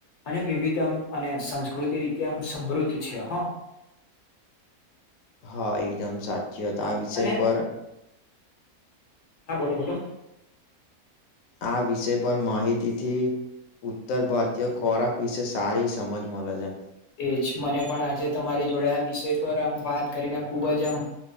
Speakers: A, on the left; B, on the left.
A: અને વિવિધ આમ અને સંસ્કૃતિ રીતે આમ સમૃદ્ધ છે હ
B: હા એકદમ સાચી વાત આ વિષય
A: અને
B: પર
A: હા બોલો બોલો
B: આ વિષય પર માહિતી થી ઉત્તર ભારતીય ખોરાક વિશે સારી સમજ મલે છે,
A: એજ મને પણ આજે તમારી જોડે આ વિષય પર આમ વાત કરીને ખુબ જ આમ